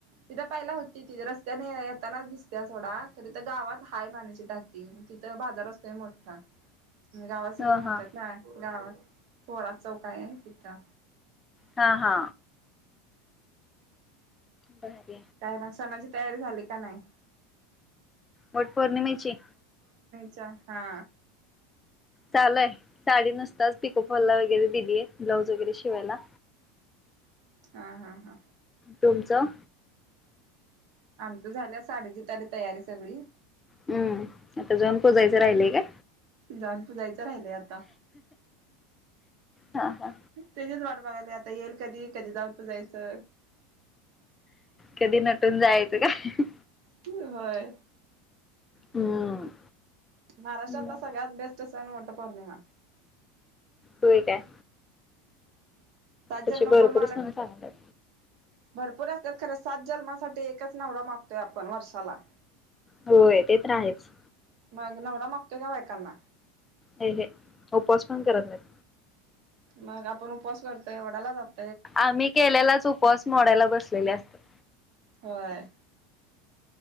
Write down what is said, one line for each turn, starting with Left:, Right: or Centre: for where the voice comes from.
Right: तिथं पहिला होती ति रस्त्यानेऽऽ त्यानाच दिसत्या सोडा, खरं त्या गावात हाय पाण्याची टाकी तिथं बाजार असतोय मोठा <unintelligible> गावात सगळी
Left: ह ह
Right: म्हणत्यात
Left: हा
Right: नाय, गावात थोरात चौक आय तिथं
Left: हा हा. बर
Right: काय मग सणाची तयारी झाली का नाई?
Left: वट पौर्णिमेची
Right: च्या हा
Left: चालू आय, साडी नुसताच पिकोफॉलला वगैरे दिलीये, ब्लाऊज वगैरे शिवायला.
Right: हा हा हा.
Left: तुमचं
Right: आमचं झाल्या साडीची <unintelligible> तयारी सगळी
Left: हम्म, आता जाऊन पुजायचं राहिलय काय?
Right: जावून पूजायच राहिलंय आता,
Left: हा हा
Right: तेजिच वाट बघायलोय आता येईल कधी, कधी जाऊन पूजायचं?
Left: कधी नटून जायचं काय
Right: <unintelligible> होय.
Left: हम्म.
Right: महाराष्ट्रातला
Left: म
Right: सगळ्यात बेस्ट सण वट पौर्णिमा
Left: होय काय?
Right: सात जन्म
Left: तसे भरपूर
Right: कोण मानक
Left: सण सांगतात
Right: भरपूर असत्यात, खरं सात जन्मासाठी एकच नवरा मागतोय आपण वर्षाला
Left: होय, ते तर आहेच
Right: मग नवरा मागतोय का बायकांना?
Left: हे हे उपवास पण करत नाईत.
Right: मग आपण उपवास करतोय, वडाला जात
Left: आम्ही केलेलाच उपवास मोडायला बसलेले असत्यात.
Right: होय.